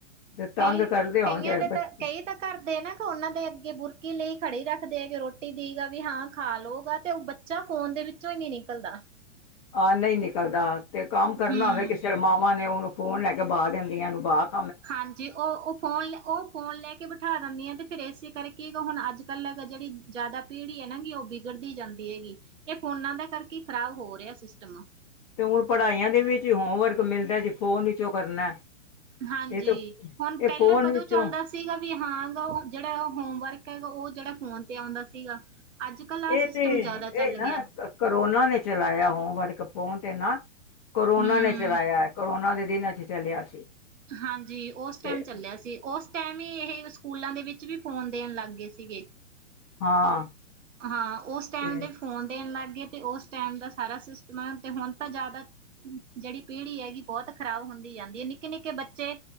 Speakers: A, on the left; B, on the right.
A: ਤੇ ਤੰਗ
B: ਕਈ
A: ਕਰਦੇ ਹੋਣਗੇ
B: ਕਈਆਂ ਦੇ
A: ਬੱਚੇ
B: ਤਾਂ ਕਈ ਤਾਂ ਘਰਦੇ ਨਾ ਫੋਨਾ ਦੇ ਅੱਗੇ ਬੁਰਕੀ ਲਈ ਖੜੇ ਰਹਿੰਦੇ। ਦੇ ਕੇ ਰੋਟੀ ਦੀ ਗ ਵੀ ਹਾਂ ਖਾ ਲਉਗਾ ਤੇ ਬੱਚਾ ਫ਼ੋਨ ਦੇ ਵਿੱਚੋਂ ਹੀ ਨੀ ਨਿਕਲਦਾ।
A: ਹਾਂ ਨਹੀਂ ਨਿਕਲਦਾ। ਤੇ ਕੰਮ ਕਰਨਾ
B: ਹਮ
A: ਹੋਵੇ ਕਿਸੇ ਮਾਵਾ ਨੇ ਓਦੋਂ ਫੋਨ ਲੈ ਕੇ ਬਾਾਹ ਦਿੰਦੀਆਂ ਨੂੰ ਬਾਾਹ <inaudible>
B: ਹਾਂਜੀ ਉਹ ਉਹ ਫੋਨ ਉਹ ਫੋਨ ਲੈ ਕੇ ਬਿਠਾ ਦਿੰਦੀਆਂ ਤੇ ਫਿਰ ਇਸ ਕਰਕੇ ਹੁਣ ਅੱਜ ਕੱਲ੍ਹ ਜਿਹੜੀ ਜਿਆਦਾ ਪੀੜੀ ਹੈ ਨਾ ਉਹ ਵਿਗੜਦੀ ਜਾਂਦੀ। ਇਹ ਫੋਨਾਂ ਦੇ ਕਰਕੇ ਖ਼ਰਾਬ ਹੋ ਰਿਹਾ ਸਿਸਟਮ
A: ਤੇ ਹੁਣ ਪੜ੍ਹਾਈਆਂ ਦੇ ਵਿੱਚ ਹੋਮਵਰਕ ਮਿਲਦਾ ਜੀ ਫੋਨ ਵਿੱਚੋਂ ਕਰਨਾ
B: ਹਾਂਜੀ,
A: ਇਹ ਤਾਂ
B: ਹੁਣ
A: ਇਹ
B: ਪਹਿਲਾਂ
A: ਫੋਨ
B: ਕਦੋਂ
A: ਵਿੱਚੋਂ
B: ਚੱਲਦਾ ਸੀਗਾ ਵੀ ਹਾਂ ਔਹ ਜੇੜਾਔਹ ਹੋਮਵਰਕ । ਹੈਗਾ ਔਹ ਜਿਹੜਾ ਫੋਨ ਤੇ ਆਉਂਦਾ ਸੀਗਾ। ਅੱਜ ਕੱਲ ਆਹ
A: ਇਹ
B: ਸਿਸਟਮ
A: ਤੇ
B: ਜ਼ਿਆਦਾ ਚੱਲ
A: ਇਹ ਨਾ
B: ਗਿਆ
A: ਕਰੋਨਾ ਨੇ ਚਲਾਇਆ ਹੋਮਵਰਕ। ਫੋਨ ਤੇ ਨਾ। ਕਰੋਨਾ
B: ਹੂੰ
A: ਨੇ ਚਲਾਇਆ, ਕਰੋਨਾ ਦੇ ਦਿਨਾਂ ਚ ਚਲਿਆ ਸੀ।
B: ਹਾਂਜੀ, ਉਸ
A: ਤੇ
B: ਟਾਇਮ ਚੱਲਿਆ ਸੀ, ਉਸ ਟਾਇਮ ਵੀ ਇਹ ਸਕੂਲਾਂ ਦੇ ਵਿੱਚ ਵੀ ਫੋਨ ਦੇਣ ਲੱਗ ਗਏ ਸੀਗੇ।
A: ਹਾਂ।
B: ਹਾਂ, ਉਸ ਟਾਈਮ
A: ਤੇ
B: ਦੇ ਫੋਨ ਦੇਣ ਲਗ । ਲੱਗੇ ਤੇ ਉਸ ਟਾਈਮ ਦਾ ਸਾਰਾ ਸਿਸਟਮ ਆ ਤੇ ਹੁਣ ਤਾਂ ਜਿਆਦਾ ਜਿਹੜੀ ਪੀੜ੍ਹੀ ਹੈਗੀ ਬਹੁਤ ਖ਼ਰਾਬ ਹੁੰਦੀ ਜਾਂਦੀ ਤੇ, ਨਿੱਕੇ-ਨਿੱਕੇ ਬੱਚੇ